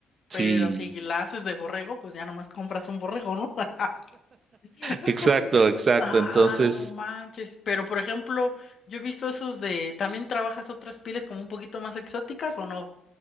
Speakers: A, on the right (about 45°); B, on the left (about 55°).
A: Sí,
B: Pero si la haces de borrego, pues ya nomás compras un borrego, ¿no? <laughs>
A: exacto, exacto.
B: Ah,
A: Entonces,
B: no manches. Pero por ejemplo, yo he visto esos de. ¿También trabajas otras pieles como un poquito más exóticas o no?